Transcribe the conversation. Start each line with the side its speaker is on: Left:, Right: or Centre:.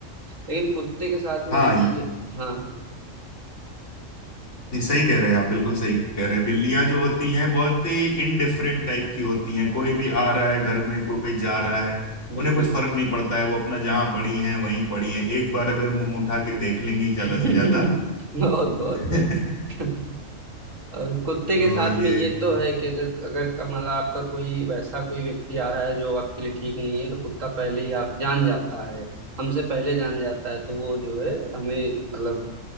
Right: लेकिन कुत्ते के साथ में
Left: हाँ
Right: ये चीज
Left: ये
Right: हाँ हाँ
Left: ये सही कह रहे हैं आप बिल्कुल सही कह रहे हैं बिल्लियां जो होती हैं बहुत ही इनडिफरेंट टाइप की होती हैं कोई भी आ रहा है घर में कोई जा रहा है उन्हें
Right: बिल्कुल
Left: कुछ फर्क नहीं पड़ता है वो अपना जहां पड़ी हैं वहीं पड़ी हैं एक बार अगर मुंह उठा के देख लेंगी
Right: <laughs>
Left: ज्यादा से ज्यादा
Right: बहुत बहुत
Left: <laughs>
Right: बस <laughs> और कुत्ते
Left: तो
Right: के साथ
Left: ये
Right: में ये तो है कि अगर अगर का- मतलब आपका कोई वैसा कोई व्यक्ति आ रहा है जो आपके लिए ठीक नहीं है तो कुत्ता पहले ही आप जान जाता है हमसे पहले जान जाता है तो वो जो है हमें मतलब